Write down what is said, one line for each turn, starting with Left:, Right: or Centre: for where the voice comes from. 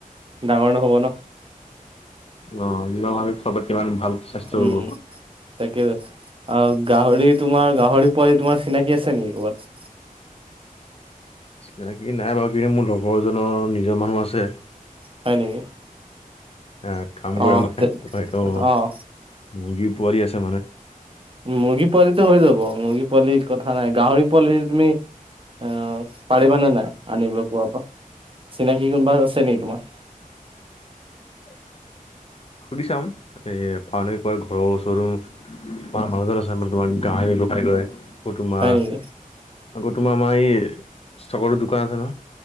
Right: ডাঙৰ নহ'ব ন
Left: অ যিমান ভাবি খোৱা সিমান ভাল স্বাস্থ্য
Right: উম
Left: হব।
Right: তাকে আ গাহৰি তোমাৰ গাহৰি পোৱালি তোমাৰ চিনাকি আছে নেকি কবাত
Left: চিনাকি নাই বাৰু কিন্তু মোৰ লগৰ এজনৰ নিজৰ মানুহ আছে
Right: হয় নেকি?
Left: এ কাম
Right: অ',
Left: কৰে মানে বেপাৰীতো
Right: অ',
Left: মুৰ্গী পোৱালি আছে মানে।
Right: মুৰ্গী পোৱালিতে হৈ যাব মুৰ্গী পোৱালিৰ কথা নাই গাহৰি পোৱালি তুমি আহ পাৰিবানে নাই আনিবলৈ কোৱাৰ পৰা চিনাকি কোনোবা আছে নেকি তোমাৰ
Left: <inaudible> সুধি চাম এ পা কাৰ ঘৰৰ ওচৰতো তোমাৰ মাজাজত আছে মে তোমাৰ গাহৰি ফোট মাৰ তোমাৰ
Right: হয় নেকি?
Left: আকৌ তোমাৰ আমাৰ এই ষ্টকো দোকান আছে ন।